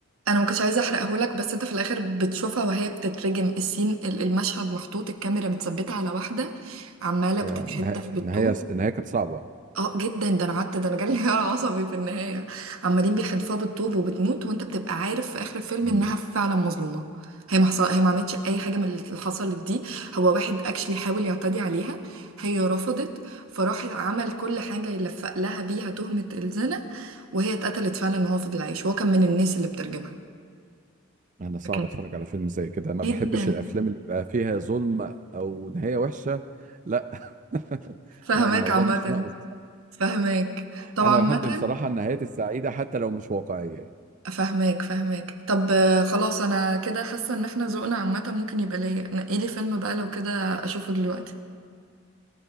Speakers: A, on the right; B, on the right.
A: انا ما كنتش عايزه احرقه لك بس انت في الاخر بتشوفها وهي بتترجم السين ال- المشهد محطوط الكاميرا متثبته على واحده عماله
B: يعني
A: بتتحدث
B: النها-
A: بالطول
B: النهاية النهاية كانت صعبة
A: اه جدا ده انا قعدت ده انا جالي انهيار عصبي في النهايه عمالين بيحدفوها بالطوب وبتموت وانت بتبقى عارف في اخر الفيلم
B: مم.
A: انها فعلا مظلومه هي ما حصل... هي ما عملتش اي حاجه من اللي حصلت دي هو واحد اكشلي حاول يعتدي عليها هي رفضت فراح عمل كل حاجه يلفق لها بيها تهمه الزنا وهي اتقتلت فعلا وهو فضل عايش هو كان من الناس اللي بترجمها
B: انا صعب
A: كان
B: اتفرج على فيلم زي كده ما
A: جدا
B: بحبش الافلام اللي بقى فيها ظلم او نهاية وحشة لا <laughs>
A: فهماك
B: لا الموضوع
A: عامه
B: مش ناقص
A: فهماك طبعا
B: انا
A: عامه
B: بحب بصراحة النهايات السعيدة حتى لو مش واقعية
A: فاهماك فاهماك طب آه، خلاص انا كده حاسه ان احنا ذوقنا عامه ممكن يبقى ليا نقيلي فيلم بقى لو كده اشوفه دلوقتي